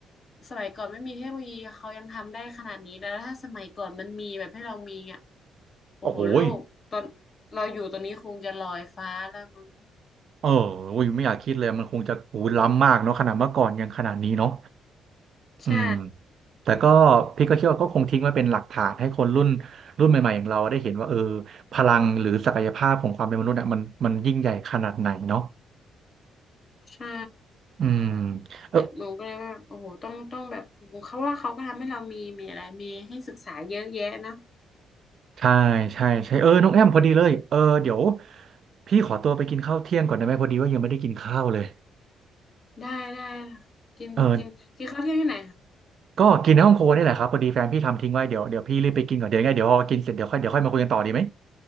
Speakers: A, on the left; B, on the right.
A: สมัยก่อนไม่มีเทคโนโลยีเขายังทำได้ขนาดนี้แล้วถ้าสมัยก่อนมันมีแบบให้เรามีอ่ะโอ้โหโลกตอน
B: โอ้โหย
A: เราอยู่ตอนนี้คงจะลอยฟ้าแล้วมั้ง
B: เออโอ้ยไม่อยากคิดเลย มันคงจะโอ้ยล้ำมากเนาะขนาดเมื่อก่อนยังขนาดนี้เนาะ
A: ใช่
B: อืมแต่ก็พี่ก็คิดว่าก็คงทิ้งไว้เป็นหลักฐานให้คนรุ่นรุ่นใหม่ๆอย่างเราได้เห็นว่าเออพลังหรือศักยภาพของความเป็นมนุษย์อ่ะมันมันยิ่งใหญ่ขนาดไหนเนาะ
A: ใช่
B: อืมเออ
A: หนูก็เลยว่าโอ้โหต้องต้องแบบเขาว่าเขาก็ทำให้เรามีมีอะไรมีให้ศึกษาเยอะแยะเนาะ
B: ใช่ใช่ใช่เออน้องแอมพอดีเลยเออเดี๋ยวพี่ขอตัวไปกินข้าวเที่ยงก่อนได้ไหมพอดีว่ายังไม่ได้กินข้าวเลย
A: ได้ได้ค่ะกินกินกินข้าวเที่ยงที่ไหนคะ
B: เออก็กินในห้องครัวนี่แหละครับพอดีแฟนพี่ทำทิ้งไว้เดี๋ยวเดี๋ยวพี่รีบไปกินก่อนเดี๋ยวยังไงเดี๋ยวพอกินเสร็จเดี๋ยวค่อยเดี๋ยวค่อยมาคุยกันต่อดีไหม